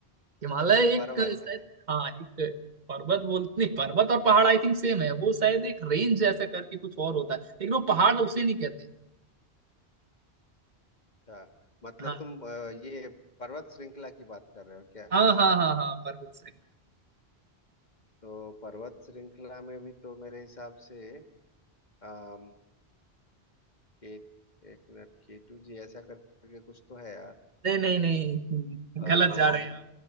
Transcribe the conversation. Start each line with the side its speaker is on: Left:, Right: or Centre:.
Right: हिमालय एक
Left: पर्वत
Right: शायद
Left: है
Right: हाँ एक पर्वत बोल नहीं पर्वत और पहाड़ आई थिंक सेम है वो शायद एक रेंज जैसा करके कुछ और होता है लेकिन वो पहाड़ उसे नहीं कहते
Left: अच्छा मतलब
Right: हाँ
Left: तुम अ, ये पर्वत श्रृंखला की बात कर रहे हो क्या
Right: हाँ हाँ हाँ हाँ पर्वत श्रृंग
Left: तो पर्वत श्रृंखला में भी तो मेरे हिसाब से अम, के एक मिनट के टू जी ऐसा करके कुछ तो है
Right: नहीं नहीं नहीं
Left: यार
Right: गलत जा रहे हैं आप